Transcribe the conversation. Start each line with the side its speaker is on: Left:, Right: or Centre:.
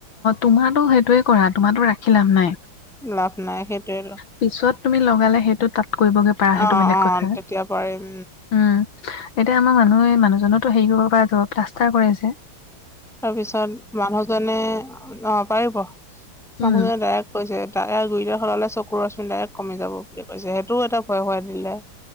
Left: তোমাৰটো সেইটোৱে কৰা, তোমাৰটো ৰাখি লাভ নাই।
Centre: লাভ নাই সেইটোৱে
Left: পিছত তুমি লগালে সেইটো তাত কৰিবগে
Centre: অ
Left: পাৰা সেইটো বেলেগ
Centre: অ
Left: কথা।
Centre: তেতিয়া
Left: উম,
Centre: পাৰিম
Left: এতিয়া আমাৰ মানুহে মানুহজনো হেৰি কৰিব পৰা যাব প্লাষ্টাৰ কৰি আছে।
Centre: তাৰপিছত মানুহজনে অ', পাৰিব মানুহজনে
Left: উম
Centre: ডাইৰেক্ট কৈছে। তাৰে গুৰিটা সলালে চকুৰ ৰশ্মি ডাইৰেক্ট কমি যাব বুলি কৈছে সেইটোও এটা ভয় খোৱাই দিলে।